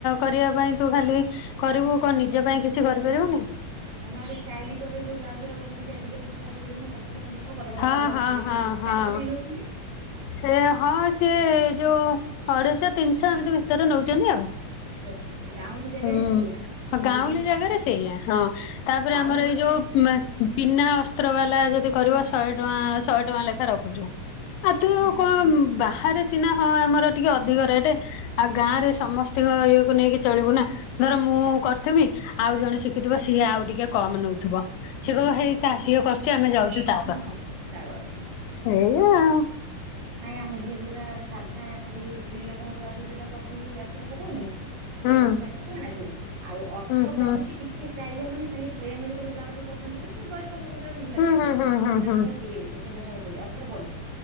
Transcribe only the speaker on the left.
କରିଆ ପାଇଁ ତୁ ଖାଲି କରିବୁ କଁ ନିଜ ପାଇଁ କିଛି କରିପାରିବୁନି।
ହଁ
ହଁ
ହଁ ହଁ
ସେ ହଁ ସିଏ ଯୋଉ ଅଢେଇଶ, ତିନିଶ ଏମିତି ଭିତରେ ନଉଚନ୍ତି ଆଉ।
ଉୁଁ
ହ
ଗାଉଁଲି
ଜାଗରେ ସେଇଆ, ହଁ ତାପରେ
ଆମର
ଏଇ ଯୋଉ ମା ବିନା ଅସ୍ତ୍ର ବାଲା ଯଦି କରିବ ଶହେ ଟଆଁ ଶହେ ଟଆଁ ଲେଖା ରଖୁଚୁ। ଆଉ ଚୁ
କଁ ବାହାରେ ସି ସିନା ହଁ ଆମର ଟିକେ ଅଧିକ ରେଟେ, ଆଉ ଗାଁରେ ସମସ୍ତିଙ୍କ ଇଏକୁ ନେଇକି ଚଳିବୁ ନା। ଧର ମୁଁ କରିଥିବି ଆଉ ଜଣେ ଶିଖିଥିବ ସିଏ ଆଉ ଟିକେ କମ୍ ନଉଥୁବ। ସିଏ
କହିବ ହେଇ ତା ସିଏ କରୁଚି ଆମେ ଯାଉଚୁ
ତା
ପାଖୁ।
ଏଇଆ।
ହୁଁ।
ହୁଁ ହୁଁ
ହୁଁ
ହୁଁ ହୁଁ ହୁଁ ହୁଁ